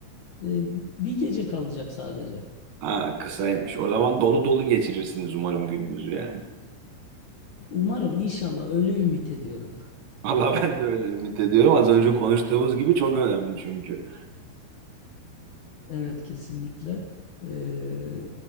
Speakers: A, on the left; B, on the right.
A: Ee, bir gece kalacak sadece.
B: Ha kısaymış. O zaman dolu dolu geçirirsiniz umarım gününüzü yani.
A: Umarım inşallah öyle ümit ediyorum.
B: Valla <laughs> ben de öyle ümit ediyorum. Az önce konuştuğumuz gibi çok önemli çünkü.
A: Evet kesinlikle. Ee,